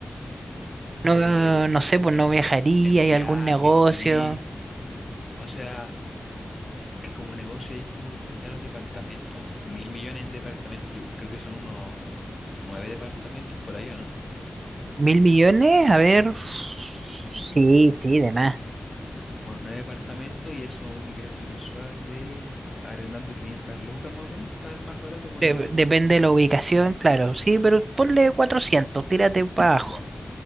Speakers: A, on the right; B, on the left.
A: No,
B: Eh,
A: no sé, pues
B: en,
A: no viajaría,
B: en
A: hay
B: viajes,
A: algún negocio.
B: sí. O sea, que como negocio ahí como que tendría los departamentos, mil millones en departamentos, yo igual creo que son unos nueve departamentos por ahí, ¿o no?
A: ¿Mil millones? A ver. Sí, sí, de más.
B: Unos nueve departamentos y eso un ingreso mensual de arrendando 500 lucas más o menos, está el más barato por
A: De-
B: ahora, ¿no?
A: depende de la ubicación, claro, sí, pero ponle 400 tírate para abajo.
B: Ya.